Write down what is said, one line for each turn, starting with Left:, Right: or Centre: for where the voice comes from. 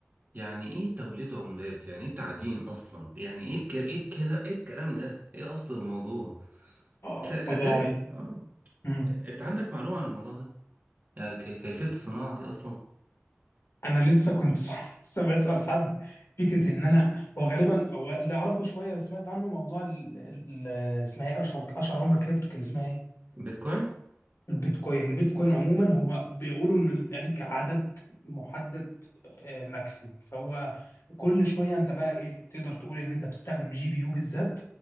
Right: يعني ايه توليد عملات يعني ايه تعدين اصلا يعني ايه الك- ايه الكلا ايه الكلام ده ايه اصل الموضوع
Left: اه
Right: أت- اتاري
Left: الموضوع
Right: إن- اه
Left: عايز
Right: انت عندك معلومة عن الموضوع ده يعني كي- كيفية الصناعة دي اصلا
Left: انا لسه كنت <laughs> لسه بسال حد فكره ان انا هو غالبا هو اللي اعرفه شويه اللي سمعت عنه موضوع ال... ال... اسمها ايه اشهر اشهر عمله كريبتو كان اسمها ايه
Right: بيتكوين
Left: البيتكوين البيتكوين عموما هو بيقولوا ان بيبقى ليك عدد محدد آه، ماكسيموم فهو كل شويه انت بقى ايه تقدر تقول ان انت بتستخدم جي بي يو بالذات